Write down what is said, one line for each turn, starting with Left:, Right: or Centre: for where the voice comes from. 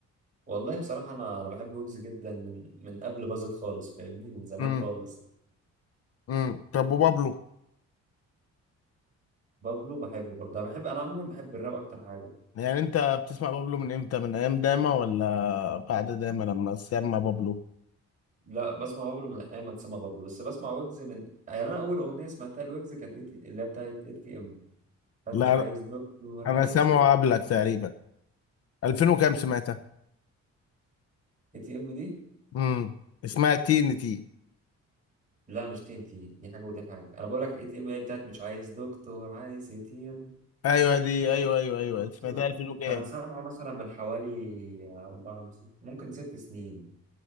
Right: والله بصراحة أنا أنا بحب ويجز جدا من من قبل باظت خالص فاهمني من زمان
Left: امم
Right: خالص
Left: امم طب وبابلو
Right: بابلو بحبه برضه أنا بحب أنا عموما بحب الراب أكتر حاجة
Left: يعني انت بتسمع بابلو من امتى من ايام داما ولا بعد داما لما سمع بابلو
Right: لا بسمع بابلو من أيام ما اتسمى بابلو بس بسمع ويجز من يعني أنا أول أغنية سمعتها لويجز كانت إتي... اللي هي بتاعت اي تي إم بتاعت
Left: لا
Right: مش عايز
Left: لا،
Right: دكتور
Left: انا
Right: عايز
Left: سامعه
Right: اي
Left: قبلك تقريبا 2000 وكام سمعت
Right: تي إم دي
Left: امم اسمها تي ان تي
Right: لا مش تي إن تي دي حاجة ودي حاجة أنا بقول لك اي تي إم هي بتاعت مش عايز دكتور عايز اي تي إم
Left: ايوه دي ايوه ايوه ايوه
Right: دكتور
Left: سمعتها 2000 وكام
Right: أنا سامعه مثلا من حوالي أربعة ممكن ست سنين